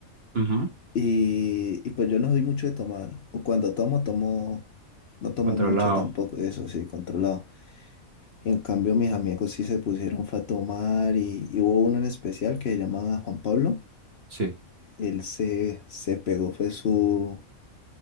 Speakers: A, on the right; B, on the left.
A: Ujú.
B: Y, y pues yo no soy mucho de tomar, o cuando tomo, tomo, no tomo
A: Controlado.
B: mucho tampoco, eso sí, controlado. Y en cambio mis amigos sí se pusieron fue a tomar y, y hubo uno en especial que se llamaba Juan Pablo.
A: Sí.
B: Él se, se pegó, fue su,